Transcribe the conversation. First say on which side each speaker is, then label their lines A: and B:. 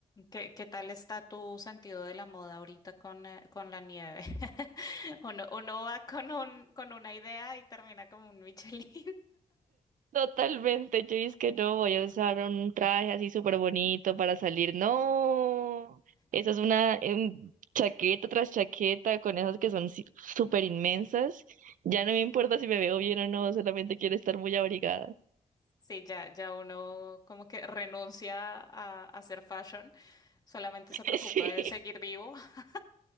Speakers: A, on the left (about 30°); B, on the right (about 85°).
A: ¿Qué, qué tal está tu sentido de la moda ahorita con, eh, con la nieve? <laughs> Uno, uno va con un, con una idea y termina como un Michelin.
B: totalmente, yo es que no voy a usar un traje así súper bonito para salir, no, eso es una em, chaqueta tras chaqueta con esas que son si- súper inmensas, ya no me importa si me veo bien o no, solamente quiero estar muy abrigada,
A: Sí, ya, ya uno como que renuncia a, a hacer fashion, solamente
B: <laughs>
A: se preocupa
B: sí,
A: de seguir vivo. <laughs>